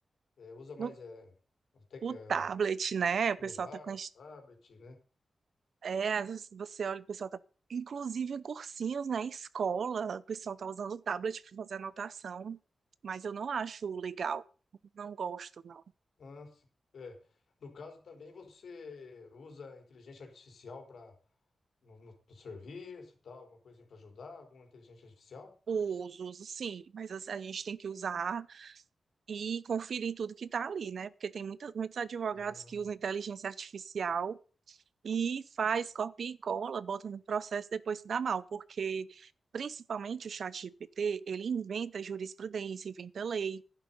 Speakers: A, on the left (about 75°); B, on the right (about 75°).
A: é, usa mais
B: No,
A: é, até,
B: o
A: é,
B: tablet, né? O
A: celular,
B: pessoal tá com... as-
A: tablet, né?
B: É, às vezes você olha, o pessoal tá... Inclusive em cursinhos, né? Escola, o pessoal tá usando o tablet para fazer anotação. Mas eu não acho legal. Não gosto, não.
A: Ah, sim. é. No caso também você usa a inteligência artificial para no, no- no serviço, tal, alguma coisa assim para ajudar, alguma inteligência artificial?
B: Os uso, sim, mas assim, a gente tem que usar e conferir tudo que está ali, né? Porque tem muita, muitos advogados
A: Ah,
B: que usam inteligência artificial e faz copia e cola, bota no processo, e depois se dá mal, porque principalmente o chat GPT ele inventa jurisprudência, inventa lei,